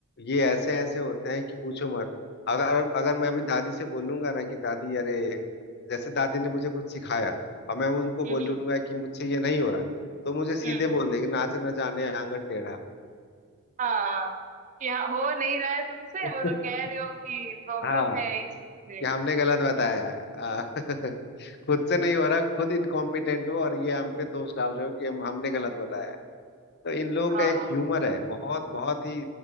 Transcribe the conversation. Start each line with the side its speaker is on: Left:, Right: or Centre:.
Left: ये ऐसे ऐसे होते हैं कि पूछो मत अगर अगर मैं अभी दादी से बोलूंगा ना कि दादी अरे जैसे दादी ने मुझे कुछ सिखाया और मैं उनको
Right: है।
Left: बोलूंगा
Right: हम्म
Left: कि मुझसे ये नहीं हो रहा तो मुझे सीधे
Right: हम्म
Left: बोल देगी नाच न जाने आंगन टेढ़ा
Right: हाँ यहाँ हो नहीं रहा है तुमसे
Left: <laughs>
Right: और कह रहे हो कि प्रॉब्लम
Left: हाँ
Right: है इस चीज में
Left: कि हमने गलत बताया है आ, <laughs> खुद से नहीं हो रहा खुद इनकॉम्पिटेंट हो और ये हम पे दोष डाल रहे हो कि हम हमने गलत बताया है तो इन लोगों
Right: हाँ
Left: का एक
Right: हाँ
Left: ह्यूमर है बहुत बहुत ही